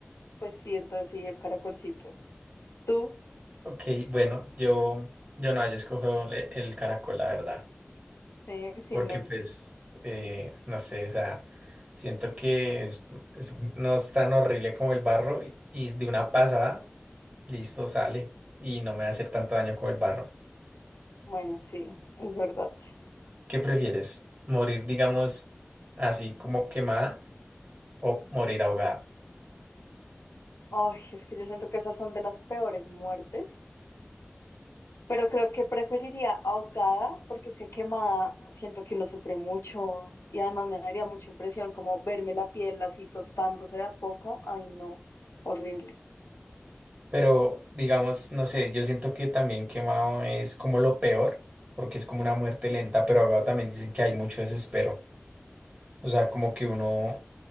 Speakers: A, on the left; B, on the right.
A: pues sí, entonces sí, el caracolcito. Tú,
B: Ok, bueno, yo, yo no, yo escojo le- el caracol, la verdad,
A: eh, sin
B: porque
A: mente.
B: pues, eh, no sé, o sea, siento que es, es- no es tan horrible como el barro y, y de una pasada, listo, sale y no me va a hacer tanto daño como el barro.
A: Bueno, sí, es verdad.
B: ¿Qué prefieres? ¿Morir, digamos, así como quemada o morir ahogada?
A: Ay, es que yo siento que esas son de las peores muertes. Pero creo que preferiría ahogada, porque es que quemada siento que uno sufre mucho. Y además me daría mucha impresión como verme la piel así tostándose de a poco. Ay, no, horrible.
B: Pero, digamos, no sé, yo siento que también quemado es como lo peor, porque es como una muerte lenta, pero ahogado también dicen que hay mucho desespero. O sea, como que uno